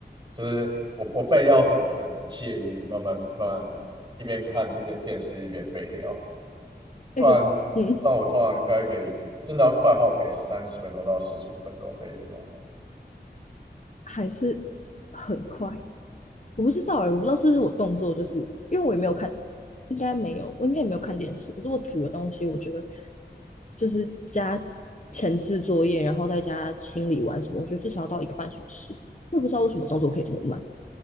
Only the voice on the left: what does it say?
那个嗯，
还是很快。我不知道哎、欸我不知道是不是我动作，就是因为我也没有看，应该没有，我应该也没有看电视。可是我煮的东西，我觉得就是加前置作业，然后再加清理完什么，我觉得至少要到一个半小时。我也不知道为什么动作可以这么慢